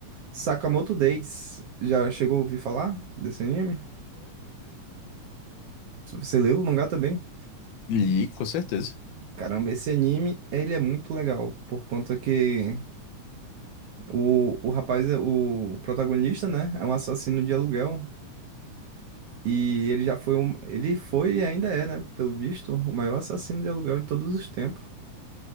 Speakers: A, on the right; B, on the left.
A: Sakamoto Days. Já chegou a ouvir falar desse anime? Você leu o mangá também?
B: Li, com certeza.
A: Caramba, esse anime, ele é muito legal, por conta que O, o rapaz, é- o protagonista, né, é um assassino de aluguel. E ele já foi um. Ele foi e ainda é, né, pelo visto, o maior assassino de aluguel de todos os tempos.